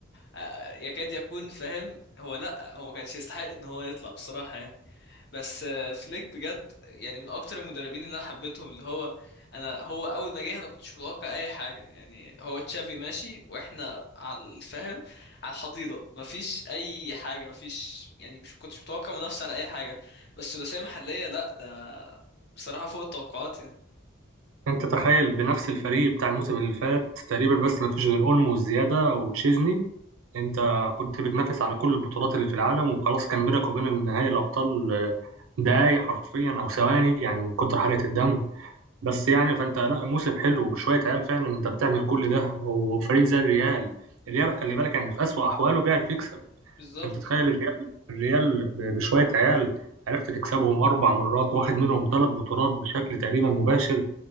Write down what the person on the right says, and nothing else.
انت تخيل بنفس الفريق بتاع الموسم اللي فات تقريبا بس ما فيش غير اولمو وزياده وتشيزني انت كنت بتنافس على كل البطولات اللي في العالم وخلاص كان بينك وبين النهائي الابطال آه، دقايق حرفيا او ثواني يعني من كتر حرقه الدم بس يعني فانت لا موسم حلو وبشويه عيال فعلا انت بتعمل كل ده وفريق زي الريال الريال خلي بالك يعني في اسوأ احواله بيعرف يكسب
انت تخيل الريال الريال ب- بشويه عيال عرفت تكسبهم اربع مرات واخد منهم ثلاث بطولات بشكل تقريبا مباشر